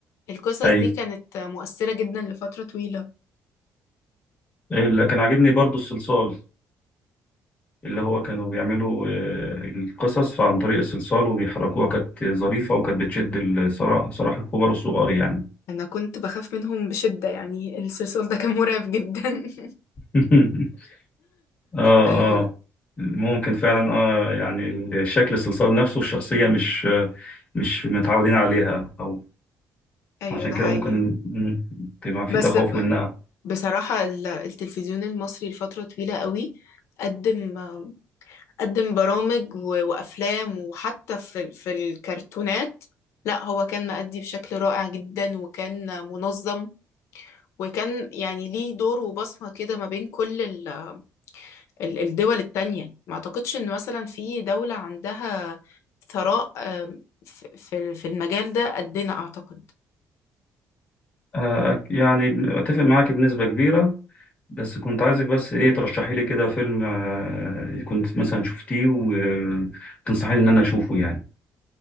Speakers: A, on the left; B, on the left.
A: القصص
B: ايوه
A: دي كانت مؤثرة جدا لفترة طويلة
B: آه، اللي كان عاجبني برضو الصلصال اللي هو كانوا بيعملوا آه، القصص عن طريق الصلصال وبيحركوها كانت ظريفه وكانت بتشد الصراحه صراحه الكبار والصغار يعني
A: أنا كنت بخاف منهم بشدة يعني الصلصال ده كان مرعب جدا <laughs>
B: <laughs> اه
A: أيوه
B: اه ممكن فعلا اه يعني شكل الصلصال نفسه الشخصية مش مش متعودين عليها او
A: أيوه
B: عشان
A: ده
B: كده
A: حقيقي
B: ممكن مم، تبقى في
A: بس
B: تخوف
A: ب-
B: منها
A: بصراحة ال- التلفزيون المصري لفترة طويلة قوي قدم قدم برامج و- وأفلام وحتى في ال- في الكرتونات لا هو كان مأدي بشكل رائع جدا وكان منظم وكان يعني ليه دور وبصمة كده ما بين كل ال- ال- الدول التانية ما أعتقدش إن مثلا في دولة عندها ثراء آم، ف- في في المجال ده قدنا أعتقد
B: آه يعني اتفق معاك بنسبة كبيرة بس كنت عايزك بس ايه ترشحي لي كده فيلم آه كنت مثلا شفتيه وتنصحيني ان انا اشوفه يعني